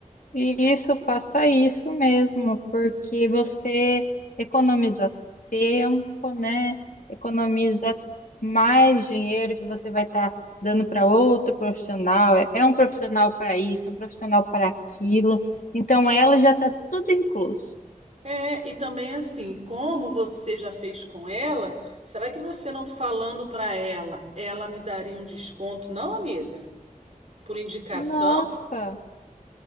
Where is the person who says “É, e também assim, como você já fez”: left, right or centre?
Right